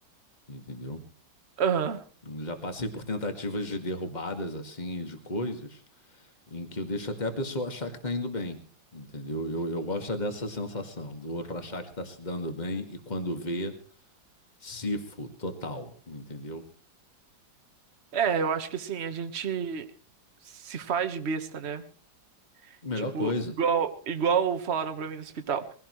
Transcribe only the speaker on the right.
Aham.
É, eu acho que assim, a gente se faz de besta, né?
Tipo,
igual, igual falaram pra mim no hospital.